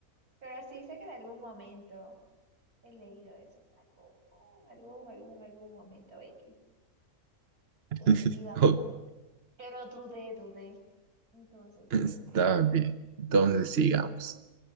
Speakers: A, on the right (about 70°); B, on the right (about 45°).
A: pero sí sé que en algún momento he leído eso, en algún, algún, algún, algún momento X de
B: <laughs>
A: mi vida,
B: Ok.
A: pero, pero dudé, dudé. Entonces,
B: Está
A: bueno,
B: bien. Entonces sigamos.
A: te,